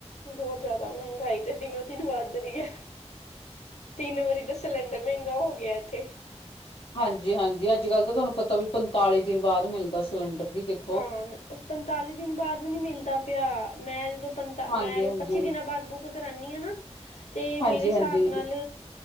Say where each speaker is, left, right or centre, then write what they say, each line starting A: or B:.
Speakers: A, on the left; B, on the left.
A: ਬਹੁਤ ਜ਼ਿਆਦਾ ਮਹਿੰਗਾਈ ਤੇ ਦਿਨੋ ਦਿਨ ਵੱਧ ਰੀ ਹੈ। ਤਿੰਨ ਵਾਰੀ ਤਾਂ ਸਿਲੰਡਰ ਮਹਿੰਗਾ ਹੋ ਗਿਆ ਇੱਥੇ।
B: ਹਾਂਜੀ ਹਾਂਜੀ ਅੱਜ ਕੱਲ੍ਹ ਤਾਂ ਤੁਹਾਨੂੰ ਪਤਾ ਵੀ ਪੰਤਾਲੀ ਦਿਨ ਬਾਅਦ ਮਿਲਦਾ ਸਿਲੰਡਰ ਵੀ ਦੇਖੋ।
A: ਹਾਂ ਉਹ ਪੰਤਾਲੀ ਦਿਨ ਬਾਅਦ ਵੀ ਨਿ ਮਿਲਦਾ ਪਿਆ ਮੈਂ ਜਦੋਂ ਪੰਤਅ
B: ਹਾਂਜੀ
A: ਮੈਂ
B: ਹਾਂਜੀ
A: ਪੱਚੀ ਦਿਨਾਂ ਬਾਅਦ ਬੁੱਕ ਕਰਾਨੀ ਆ ਨਾ ਤੇ
B: ਹਾਂਜੀ
A: ਮੇਰੇ ਹਿਸਾਬ
B: ਹਾਂਜੀ
A: ਨਾਲ